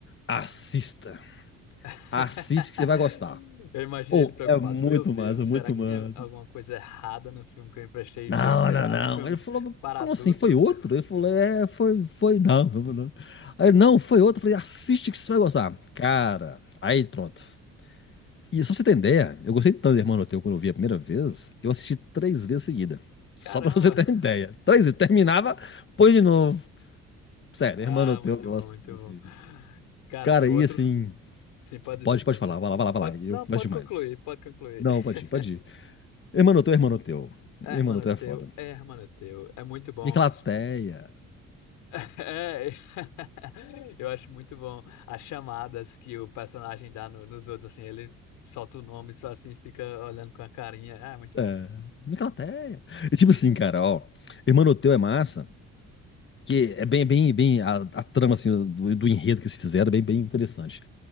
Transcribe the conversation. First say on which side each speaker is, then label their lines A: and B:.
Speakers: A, on the left (about 40°); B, on the left (about 85°).
A: assista.
B: <laughs>
A: Assiste que você vai gostar.
B: Eu imaginei
A: Ou
B: ele preocupado.
A: é muito
B: Meu Deus,
A: massa,
B: será
A: muito
B: que
A: massa.
B: tem a- alguma coisa errada no filme que eu emprestei
A: Não,
B: e veio, sei
A: não,
B: lá,
A: não.
B: um filme
A: Ele falou, "Mas
B: para
A: como
B: adultos?
A: assim? Foi outro?
B: <laughs>
A: Eu falei, é, foi, foi, não, não, não. Aí, ele, não, foi outro. Eu falei, assiste que você vai gostar. Cara, aí pronto. E só pra você ter ideia, eu gostei tanto do Hermano Teu quando eu vi a primeira vez, eu assisti três vezes seguida. Só
B: Caramba!
A: pra <laughs> você ter ideia. Três vezes. Terminava, põe de novo. Sério,
B: Ah,
A: Hermano Teu,
B: muito
A: eu gosto
B: bom, muito
A: desse.
B: bom.
A: filme.
B: Cara,
A: Cara,
B: em outro.
A: e assim,
B: Sim, pode dizer,
A: pode,
B: pode
A: pode falar,
B: dizer.
A: vai lá, vai lá, vai
B: Pode...
A: lá. Eu
B: Não,
A: começo
B: pode
A: demais.
B: concluir, pode concluir.
A: Não,
B: <laughs>
A: pode ir, pode ir. Hermano Teu, Hermano Teu.
B: É,
A: Hermano
B: hermano
A: Teu
B: teu,
A: é foda.
B: é, hermano teu. É muito bom.
A: Miclateia.
B: <laughs> É. <laughs> Eu acho muito bom as chamadas que o personagem dá no- nos outros, assim, ele solta o nome só assim, fica olhando com a carinha. Ah, muito bom.
A: É, Miclateia. E tipo assim, cara, ó. Hermanoteu é massa, que é bem, bem, bem. A, a trama, assim, do, do enredo que se fizeram é bem, bem interessante.